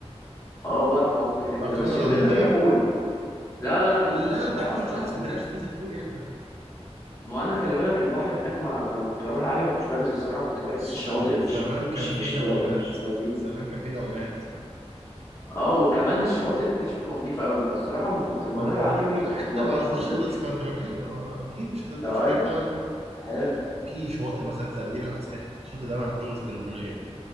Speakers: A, on the left; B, on the right.
A: اه بعرف اعوم كده كده
B: بتعرف تعوم
A: بس
B: ولا
A: الفيلا
B: هتغرق
A: فيها بول لا لا انا
B: لا
A: كنت سباح
B: انت اكيد
A: اصلا
B: مش رايح اسكندريه عشان تنزل بول يعني
A: ما انا خلي بالك البحر هناك ما لما كنت بروح العجمي ما كنتش بنزل الصراحه كنت بحس
B: عشان
A: الشواطئ مش
B: زمان كان
A: مش
B: في
A: مش
B: دوامات
A: لا مش لذيذه
B: زمان كان في دوامات
A: اه وكمان الشواطئ ما كانتش بتبقى نظيفه قوي فالصراحه لما كنت بروح
B: ما انا
A: العجمي
B: هوديك بقى
A: كنت
B: حته
A: بروح
B: ما اعرفهاش
A: في الصيف
B: غير الاسكندرانيه ما- ما- اكيد مش هتوديك
A: طيب
B: في حته ما-
A: حلو
B: في شواطئ مثلا زي ابو قير العسكري الشاطئ ده ما اعرفوش غير الاسكندرانيه